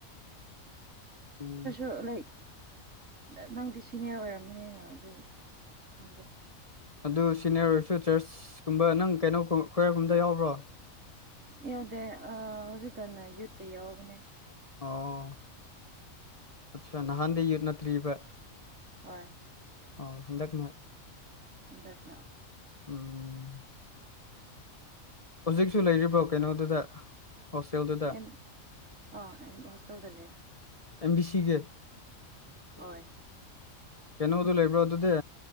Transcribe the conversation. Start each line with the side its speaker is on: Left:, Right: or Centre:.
Left: ꯎꯝ
Right: ꯈꯔ ꯂꯩ ꯅ ꯅꯪꯗꯤ ꯁꯤꯅꯤꯌꯔ ꯑꯣꯏꯔꯝꯃꯤꯅ ꯑꯗꯨꯗꯤ ꯈꯪꯗꯦ
Left: ꯑꯗꯨ ꯁꯤꯅꯤꯌꯔ ꯑꯣꯏꯔꯁꯨ ꯆꯔꯁ ꯀꯨꯝꯕ ꯅꯪ ꯀꯩꯅꯣꯒꯨꯝ ꯈꯌꯥꯔ ꯒꯨꯝꯗ ꯌꯥꯎꯕ꯭ꯔꯣ
Right: ꯌꯥꯎꯗꯦ ꯑꯥ ꯍꯧꯖꯤꯛꯀꯟꯅ ꯌꯨꯠꯇ ꯌꯥꯎꯕꯅꯦ
Left: ꯑꯣ ꯑꯠꯆꯥ ꯅꯍꯥꯟꯗꯩ ꯌ‌ꯦꯠꯅ ꯇ꯭ꯔꯤꯕ
Right: ꯍꯣꯏ
Left: ꯑꯥꯎ ꯍꯟꯗꯛꯅ
Right: ꯍꯟꯗꯛꯅ
Left: ꯎꯝ ꯍꯧꯖꯤꯛꯁꯨ ꯂꯩꯔꯤꯕ꯭ꯔꯣ ꯀꯩꯅꯣꯗꯨꯗ ꯍꯣꯁꯇ‌ꯦꯜꯗꯨꯗ
Right: ꯑ‌ꯦꯝ ꯑꯥ ꯑꯦꯝ ꯍꯣꯁꯇꯦꯜꯗ ꯂꯩ
Left: ꯑꯦꯝꯕꯤ ꯁꯤꯒꯤ
Right: ꯍꯣꯏ
Left: ꯀꯩꯅꯣ ꯗꯨ ꯂꯩꯕ꯭ꯔ ꯑꯗꯨꯗꯤ